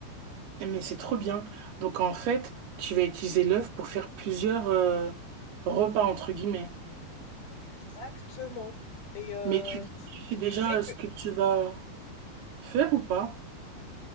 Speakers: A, on the right; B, on the left.
A: Eh, Mais c'est trop bien. Donc en fait, tu vas utiliser l'œuf pour faire plusieurs euh, repas entre guillemets.
B: Exactement. Et euh,
A: Mais tu, tu sais déjà
B: tu sais
A: euh, ce
B: que
A: que tu vas faire ou pas?